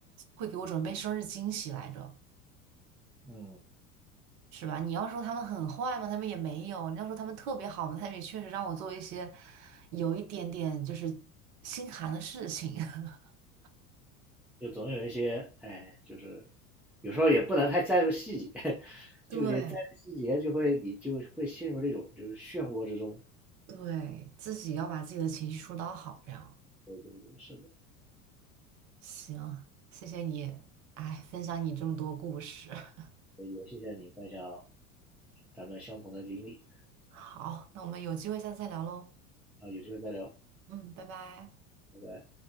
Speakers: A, on the right; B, in the centre.
A: 会给我准备生日惊喜来着，
B: 嗯，
A: 是吧？你要说他们很坏嘛，他们也没有；你要说他们特别好嘛，他们也确实让我做一些有一点点就是心寒的事情。<laughs>
B: 就总有一些，哎，就是有时候也不能太在乎细节，<laughs>
A: 对，
B: 就觉得在乎细节就会你就会陷入那种就是漩涡之中。
A: 对，自己要把自己的情绪疏导好，这样
B: 对对对，是的，
A: 行。谢谢你，哎，分享你这么多故事。<laughs>
B: 也谢谢你分享咱们相同的经历
A: 好，那我们有机会下次再聊喽。
B: 啊，有机会再聊，
A: 嗯，拜拜。
B: 拜拜。